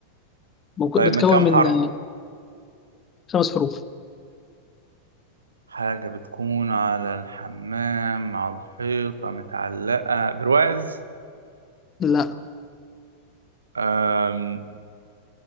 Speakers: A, on the left (about 25°); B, on the right (about 70°).
A: موجود-
B: طيب
A: بتكون
B: من كام
A: من
B: حرف
A: آه، خمس حروف
B: حاجة بتكون على الحمام على الحيطة متعلقة برواز
A: لا
B: أم...